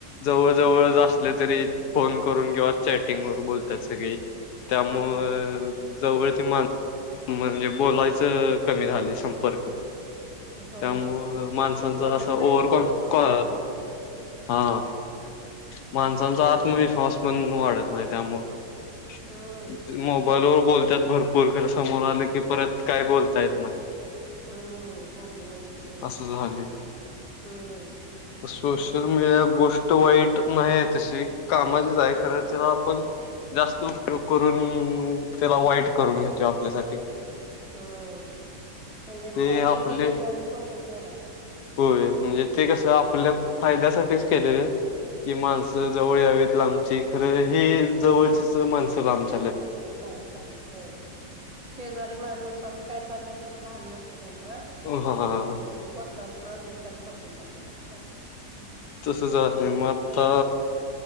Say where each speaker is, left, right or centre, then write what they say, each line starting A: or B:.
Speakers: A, on the left; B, on the right.
A: जवळ, जवळच असले
B: हम्म
A: तरी फोन करून किंवा चॅटिंग वरं बोलतात सगळी. त्यामुळं
B: हम्म
A: जवळच माणसं म्हणजे बोलायच कमी झाले संपर्क.
B: होय
A: त्यामुळ
B: ना
A: माणसांचा
B: जेवढे
A: असं
B: फायदे
A: ओवरकॉन
B: तेवढे तोटे
A: काँ
B: व्हायला लागलेत.
A: हा! माणसांचा आत्मविश्वास पण वाढत नाही त्यामुळं
B: हम्म
A: मोबाईलवर बोलतात भरपूर, खर समोर आले की परत काय बोलता येत नाही
B: हूं बोबडी वळती त्यांची
A: असं झाले
B: हूं!
A: सोशल मीडिया गोष्ट वाईट नाही आहे तशी कामाचीच आहे खर तिला आपण जास्त उपयोग करून, त्याला वाईट करून घेतोय आपल्यासाठी.
B: हम्म म्हणजे
A: ते
B: फायदे
A: आपले
B: घेण्याच्या ऐवजी तोटाच घ्यायला लागलोय
A: होय म्हणजे ते कस आपल्या फायद्यासाठीच केले की माणस जवळ यावीत लांब हे खर हे जवळच माणस लांबची
B: लांब चाललेत होय शेजारी माणसाचं काय चाललंय त्याच भान नाही त्यांना आणि
A: हा
B: कोसावरच्या माणसाचे त्याला प्रश्न पडले असच असतय
A: तसं झाले मग आता